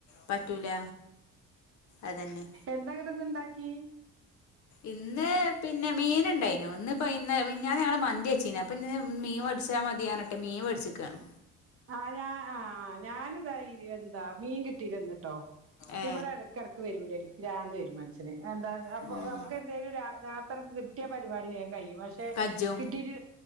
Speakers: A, on the left; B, on the right.
A: പറ്റൂല അതന്നെ
B: എന്താങ്ങട ഒന്ന ഇണ്ടാക്കി
A: ഇന്ന് പിന്നെ മീൻ ഉണ്ടായിന ഒന്ന് ഇപ്പ ഇന്ന് മിനഞാന്നു ഞങ്ങള് മന്തി അച്ചീന അപ്പൊ പിന്നെ മീൻ മടിച്ചാൽ മതിയാണട്ടെ മീൻ മേടിച്ചിക്കാണ്
B: ആരാ ആഹ് ഞാൻ ആ ഞാനിതാ എന്താ മീൻ കിട്ടിയിരന്നിട്ടോ
A: ഏ
B: ഇവിടെ ഇടക്കിടക്ക് വരൂല ഗ്രാന് വരും മനസ്സന് എന്താ അപ്പൊ
A: ഉം
B: നമുക്ക് എന്തേലും രാ രാത്രനമക്ക് കിട്ടിയ പരിപാടി വ്യൻ കഴിയും പക്ഷെ
A: കജ്ജും
B: കിട്ടീട്ട്